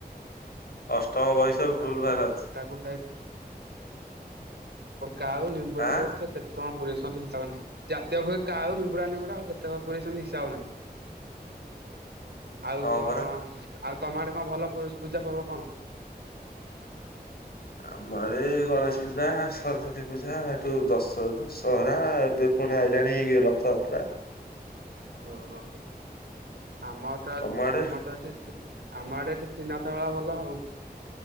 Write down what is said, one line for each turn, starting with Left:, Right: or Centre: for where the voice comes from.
Left: ଅଷ୍ଟମ ବହି ସବୁ
Right: <unintelligible> ଜାତୀୟ
Left: ଭୁଲ ଭାଲ ଅଛି।
Right: ପକ୍ଷୀ କାଉ, ନିମ୍ବୁଡା
Left: ଆଁ
Right: ନିମ୍ବୁଡା ସେ କେ କଁ ପୁରେଇଚନ୍ତି ହିସାବ ନାଇ, ଜାତୀୟ <unintelligible> କାଉ, ନିମ୍ବୁଡା ନିମ୍ବୁଡା ଆଉ କେତେ ପୁରେଇଛନ୍ତି ହିସାବ ନାଇ। ଆଉ
Left: ହଁ
Right: କଁ
Left: ପରା।
Right: ଆଉ ତମ ଆଡେ଼ କଁ ଭଲ ପୂସ୍ ପୂଜା ପର୍ବ କଣ?
Left: ଆମ ଆଡେ ଗଣେଶ ପୂଜା, ସରସ୍ଵତୀ ପୂଜା, ଏଠୁ ଦଶ ଦଶହରା ଏବେ ପୁଣି ଆଇଲାଣି ରଥଯାତ୍ରା।
Right: ଓହୋ। ଆମର ତ
Left: ତମ ଆଡେ
Right: ଆମର ତ ଏଠି ଆମ ଆଡେ ଏଠି ତ୍ରିନାଥ ମେଳା ଭଲ ଆଉ।